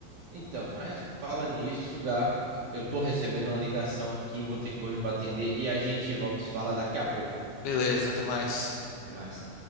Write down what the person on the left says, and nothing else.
Beleza, até mais.